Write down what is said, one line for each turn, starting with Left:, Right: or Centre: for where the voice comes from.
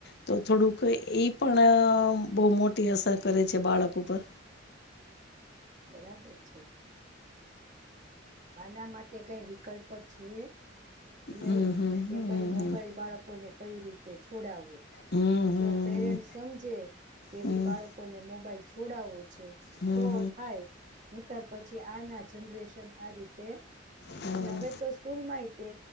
Left: તો થોડુંક એઈ પણ બહુ મોટી અસર કરે છે, બાળક ઉપર
Right: બરાબર છે, બાના માટે કઈ વિકલ્પ છે નહી
Left: હમ હમ
Right: કે
Left: હમ
Right: ભાઈ મોબાઈલ બાળકોને કઈ રીતે છોડાવવો
Left: હમ
Right: જો પેરેન્ટ સમજે કેવી
Left: હમ
Right: બાળકોને મોબાઈલ છોડાવો
Left: હમ હમ હમ
Right: તો થાય નહીં તર પછી આના જનરેશન એ
Left: હમ
Right: અને હવે તો સ્કૂલમાં તે